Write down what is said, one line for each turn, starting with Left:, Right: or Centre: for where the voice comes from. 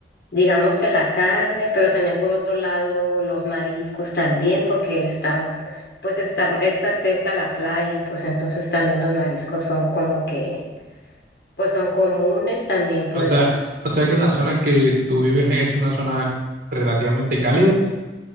Left: digamos que la carne, pero también por otro lado los mariscos también, porque está, pues está, está cerca la playa, pues entonces también los mariscos son como que, pues son comunes también, pues
Right: o sea, o sea que en la zona que tú vives es una zona relativamente cálida.